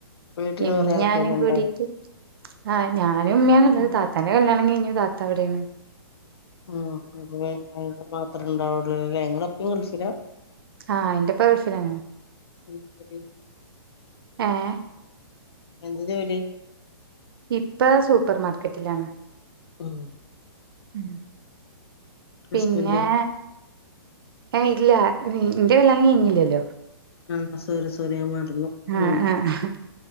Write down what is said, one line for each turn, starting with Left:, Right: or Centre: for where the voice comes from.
Left: വീട്ടില്
Right: ഇമ്മിം
Left: കൊറേ ആൾക്കാരുണ്ടോ
Right: ഞാനും കൂടിട്ട്. ആഹ് ഞാനും ഉമ്മ്യാണുള്ളത്.
Left: ഉം
Right: താത്താന്റെ കല്യാണം കയ്ഞ്ഞു താത്ത അവിടേണ്.
Left: ഉം <unintelligible> മാത്രണ്ടാവൊള്ളാല്ലോ ല്ലേ ഇങ്ങളെ ഇപ്പിം ഗൾഫിലാ.
Right: ആഹ് ഇന്റെപ്പ ഗെൾഫിലാണ്.
Left: എന്താ ജോലി
Right: ഏഹ്?
Left: എന്ത ജോലി?
Right: ഇപ്പ സൂപ്പർ മാർക്കറ്റിലാണ്.
Left: ഉം
Right: ഉം
Left: ഹസ്ബൻഡോ
Right: പിന്നേ ഏയ് ഇല്ല ഇന്റെ കല്യാണം കഴിഞ്ഞീല്ലല്ലോ.
Left: ആഹ് സോറി സോറി ഞാൻ മറന്നു. ഉം
Right: ആഹ് ആഹ്